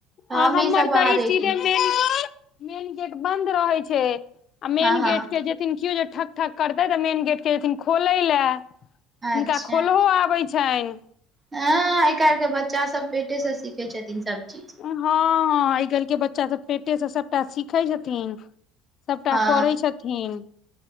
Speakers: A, on the right (about 25°); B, on the left (about 50°).
A: हमेशा
B: आ हमर
A: बाहरे
B: तऽ ई सीधे
A: के
B: मेन गेट बन्द रहै छै आ मेन
A: हँ हँ
B: गेट केन केओ जेथिन ठक ठक करतै तऽ मेन गेट के देथिन खोले लए हुनका
A: अच्छा
B: खोलहो आबै छनिय
A: हँ आय काल्हिके बच्चा सब पेटे सऽ सीखे छथिन सब चीज
B: हँ हँ आइ काल्हि के बच्चा सब पेटे से सबटा सिखे छथिन सभटा
A: हँ
B: करै छथिन